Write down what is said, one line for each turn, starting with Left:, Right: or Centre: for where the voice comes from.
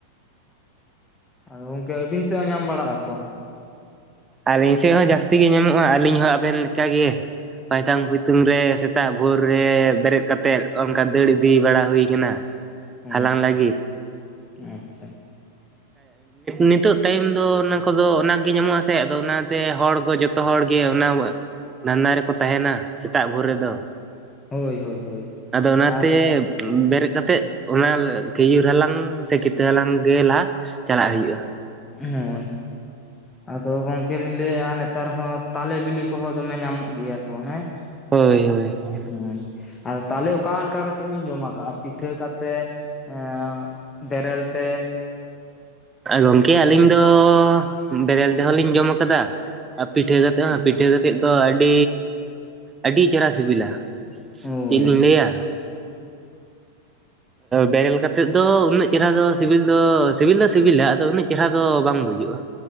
Left: ᱟᱫᱚ ᱜᱚᱢᱠᱮ ᱟᱹ ᱵᱤᱱ ᱥᱮᱫ ᱦᱚᱸ ᱧᱟᱢ ᱵᱟᱲᱟᱜ ᱟᱛᱚ
Right: ᱟᱹᱞᱤᱧ ᱥᱮᱫ ᱦᱚᱸ ᱡᱟᱹᱥᱛᱤ ᱜᱮ ᱧᱟᱢᱚᱜ-ᱟ ᱟᱹᱞᱤᱧ ᱦᱚᱸ ᱟᱵᱮᱱᱠᱟᱜ ᱜᱮ᱾ ᱯᱟᱭᱛᱟᱝ ᱯᱚᱭᱛᱩᱝ ᱨᱮ ᱥᱮᱛᱟᱜ ᱵᱷᱳᱨ ᱨᱮ ᱵᱮᱨᱮᱫ ᱠᱟᱛᱮᱜ ᱚᱱᱠᱟ ᱫᱟᱹᱲ ᱤᱫᱤ ᱵᱟᱲᱟ ᱦᱩᱭ ᱠᱟᱱᱟ <unintelligible>
Left: ᱦᱳᱭ
Right: ᱞᱟᱹᱜᱤᱫ
Left: ᱟᱪᱪᱷᱟ
Right: ᱱᱤᱛᱚᱜ ᱴᱟᱭᱤᱢ ᱫᱚ ᱚᱱᱟ ᱠᱚᱫᱚ ᱚᱱᱟᱜ ᱜᱮ ᱧᱟᱢᱚᱜ ᱟᱥᱮ ᱟᱫᱚ ᱚᱱᱟᱛᱮ ᱦᱚᱲ ᱠᱚ ᱡᱚᱛᱚ ᱡᱚᱛᱚ ᱦᱚᱲ ᱜᱮ ᱚᱱᱟ ᱫᱷᱟᱱᱫᱟ ᱨᱮᱠᱚ ᱛᱟᱦᱮᱱᱟ᱾ ᱥᱮᱛᱟᱜ ᱵᱷᱳᱨ ᱨᱮᱫᱚ
Left: ᱦᱳᱭ ᱦᱳᱭ ᱦᱳᱭ
Right: ᱟᱫᱚ ᱚᱱᱟᱛᱮ
Left: ᱟᱨ ᱦᱩᱸ
Right: ᱵᱮᱨᱮᱫ ᱠᱟᱛᱮᱜ ᱚᱱᱟ ᱠᱷᱤᱡᱩᱨ ᱦᱟᱞᱟᱝ ᱥᱮ ᱠᱤᱛᱟᱹ ᱦᱟᱞᱟᱝ ᱜᱮ ᱞᱟᱦᱟ ᱪᱟᱞᱟᱜ ᱦᱩᱭᱩᱜᱼᱟ᱾
Left: ᱦᱳ ᱟᱫᱚ ᱜᱚᱝᱠᱮ ᱞᱤᱧ ᱞᱟᱹᱭᱮᱜᱼᱟ ᱱᱮᱛᱟᱨ ᱦᱚᱸ ᱛᱟᱞᱮ ᱵᱤᱞᱤ ᱠᱚᱦᱚᱸ ᱫᱚᱢᱮ ᱧᱟᱢᱚᱜ ᱜᱮᱭᱟ ᱛᱚ ᱦᱮᱸᱼᱼ
Right: ᱦᱳᱭ ᱦᱳᱭ ᱦᱳᱭ
Left: ᱦᱮᱸ ᱟ ᱛᱟᱦᱚᱞᱮ ᱚᱠᱟ ᱞᱮᱠᱟ ᱠᱟᱛᱮᱫ ᱤᱧ ᱡᱚᱢ ᱠᱟᱜᱼᱟ ᱯᱤᱴᱷᱟᱹ ᱠᱟᱛᱮᱫᱼᱼ ᱮ ᱵᱮᱨᱮᱞ ᱛᱮᱼᱼ
Right: ᱜᱚᱝᱠᱮ ᱟᱹᱞᱤᱧ ᱫᱚ ᱵᱮᱨᱮᱞ ᱡᱦ ᱞᱤᱧ ᱡᱚᱢ ᱠᱟᱫᱟ᱾ ᱟᱨ ᱯᱤᱴᱷᱟᱹ ᱠᱟᱛᱮᱫ ᱦᱚᱸ ᱯᱤᱴᱷᱟᱹ ᱠᱟᱛᱮᱫ ᱫᱚ ᱟᱹᱰᱤ ᱟᱹᱰᱤ ᱪᱮᱨᱦᱨᱟ ᱥᱤᱵᱤᱞᱟ᱾
Left: ᱦᱳᱭ
Right: ᱤᱧ ᱞᱤᱧ ᱞᱟᱹᱭᱟ᱾ ᱵᱮᱨᱮᱞ ᱠᱟ ᱠᱟᱛᱮᱫ ᱫᱚ ᱩᱱᱟᱹᱜ ᱪᱮᱦᱨᱟ ᱫᱚ ᱥᱤᱵᱤᱞ ᱫᱚ ᱥᱤᱵᱤᱞ ᱫᱚ ᱥᱤᱵᱤᱞᱟ ᱟᱫᱚ ᱩᱱᱟᱹᱜᱼᱼ ᱪᱮᱦᱨᱟ ᱫᱚ ᱵᱟᱝ ᱵᱩᱡᱩᱜᱼᱟ᱾